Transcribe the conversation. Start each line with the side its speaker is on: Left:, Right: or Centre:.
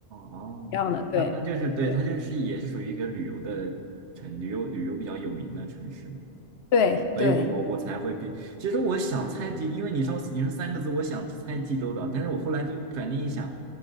Right: 哦，
Left: 一样的。对，
Right: 那那就是对，
Left: 对，
Right: 它就是也是属于一个旅游的城，旅游旅游比较有名的城市嘛，
Left: 对，
Right: 所以我对我我才会比，
Left: 对，
Right: 其实我想猜济，因为你说你说三个字，我想猜济州岛，但是我后来就转念一想，